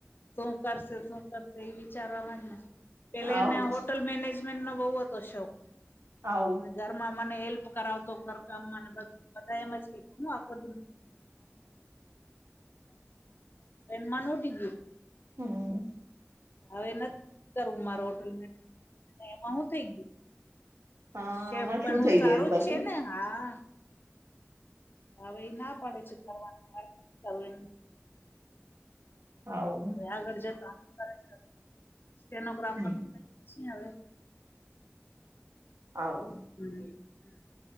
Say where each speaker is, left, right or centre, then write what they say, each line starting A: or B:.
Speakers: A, on the left; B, on the right.
A: શું કરશે શું કરશે એ વિચારવાવા જ નથી. પેહેલા
B: આવું
A: એને હોટલ
B: જ
A: મેનેજમેન્ટ નો બહુ હતો શોખ
B: હ
A: અને ઘર માં મને હેલ્પ કરાવતો ઘર કામ ને બધું બધા એમજ કે હું આખો મમ્મી <unintelligible>
B: હમ
A: હવે નથી કરું મારો હોટલ મેનેજમેંટ એમાં હું થઈ ગયું.
B: હા
A: શેફ
B: આમાં
A: પણ
B: શું
A: હું
B: થઈ
A: સારું
B: ગયું પછી
A: જ છે ને હા હવે એ ના પડે છે કરવાનું નથી કરું એ
B: આવું
A: હવે આગળ જતા આમ કરાય છે સ્ટેનોગ્રાફર
B: હમ
A: ન કઈ પછ હવે
B: આવ
A: હમ હમ